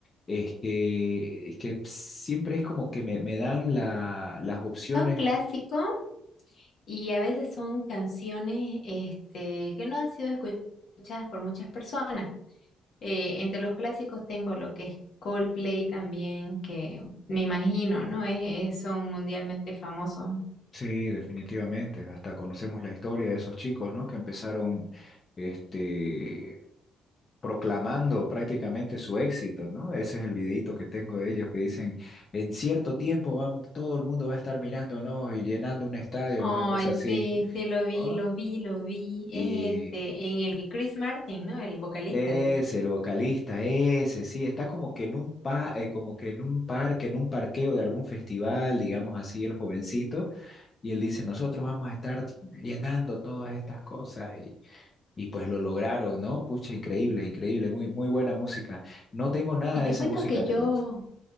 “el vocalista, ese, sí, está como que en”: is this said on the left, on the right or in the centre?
Left